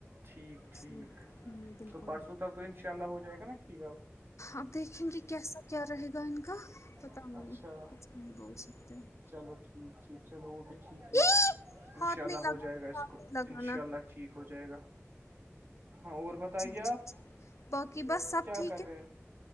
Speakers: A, on the right; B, on the left.
A: ٹھیک ٹھیک
B: صحیح ہوں بالکل
A: تو پرسوں تک تو ان شاء اللہ ہو جائے گا نا ٹھیک ہے آپ
B: اب دیکھیں گے کیسا کیا رہے گا ان کا پتا
A: اچھا
B: نہیں بول سکتے ہیں
A: چلو ٹھیک ٹھیک چلو وہ بھی ٹھیک
B: ای!
A: ہے انشاء
B: ہاتھ
A: اللہ
B: نہیں لگانا
A: ہو جائے گا اس
B: ہاتھ
A: کو
B: نہیں لگانا
A: انشاء اللہ ٹھیک ہو جائے گا ہاں اور بتائیے
B: جی
A: آپ
B: باقی بس سب
A: کیا
B: ٹھیک
A: کر رہے
B: ہے
A: ہیں